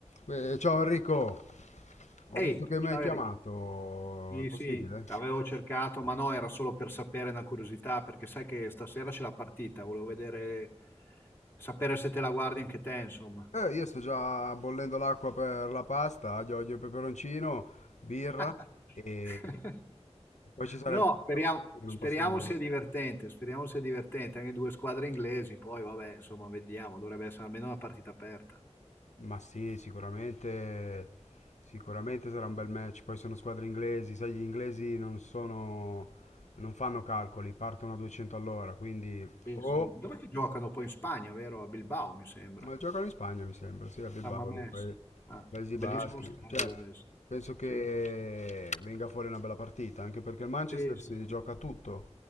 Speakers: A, on the left (about 85°); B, on the left (about 20°).
A: Beh, ciao Enrico, ho
B: Ehi,
A: visto che
B: ciao
A: mi hai chiamato,
B: Eric. Sì,
A: è possibile?
B: sì, avevo cercato, ma no, era solo per sapere una curiosità, perché sai che stasera c'è la partita, volevo vedere, sapere se te la guardi anche te, insomma.
A: Eh, io sto già bollendo l'acqua per la pasta, aglio, olio e peperoncino, birra
B: <laughs>
A: e e poi ci sarebbe
B: No, speriamo,
A: la parte che
B: speriamo
A: non posso dire.
B: sia divertente, speriamo sia divertente, anche due squadre inglesi, poi vabbè, insomma, vediamo, dovrebbe essere almeno una partita aperta.
A: Ma sì, sicuramente, sicuramente sarà un bel match, poi sono squadre inglesi, sai, gli inglesi non sono, non fanno calcoli, partono a 200 all'ora, quindi
B: Sì,
A: o
B: sì. Dov'è che giocano poi in Spagna, vero? A Bilbao, mi sembra.
A: Ma giocano in Spagna, mi sembra, sì, a Bilbao,
B: San Mamés.
A: lì, pa-
B: Ah,
A: Paesi
B: bellissimo
A: Baschi.
B: stadio
A: Cioè,
B: deve essere.
A: penso che
B: Sì, sì.
A: venga fuori una bella partita, anche perché il Manchester
B: Sì, sì,
A: si
B: sì.
A: gioca tutto